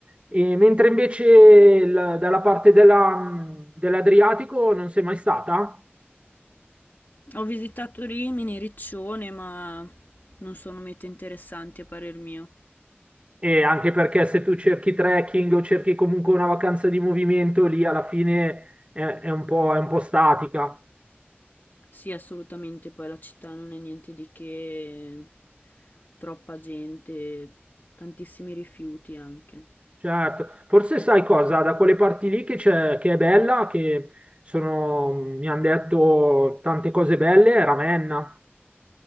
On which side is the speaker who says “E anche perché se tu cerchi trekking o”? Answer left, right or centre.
Right